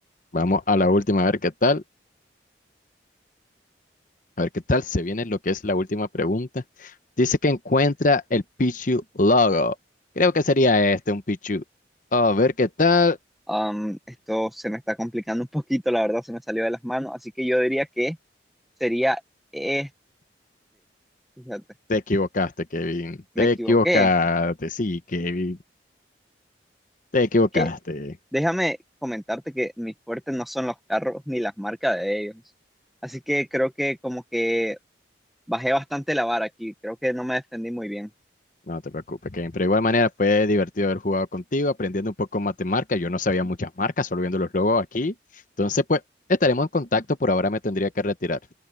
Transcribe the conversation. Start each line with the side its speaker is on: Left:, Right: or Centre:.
Left: Vamos a la última, a ver qué tal. A ver qué tal se viene lo que es la última pregunta. Dice que encuentra el Pichu logo. Creo que sería este, un Pichu. A ver qué tal.
Centre: Am, esto se me está complicando un poquito, la verdad, se me salió de las manos, así que yo diría que sería este. Fíjate,
Left: Te equivocaste, Kevin.
Centre: me
Left: Te
Centre: equivoqué.
Left: equivocaste, sí, Kevin. Te equivocaste.
Centre: Que, déjame comentarte que mis fuertes no son los carros ni las marcas de ellos. Así que creo que como que bajé bastante la vara aquí, creo que no me defendí muy bien.
Left: No te preocupes, Kevin. Pero de igual manera fue divertido haber jugado contigo, aprendiendo un poco más de marca. Yo no sabía muchas marcas, solo viendo los logos aquí. Entonces, pues, estaremos en contacto. Por ahora me tendría que retirar.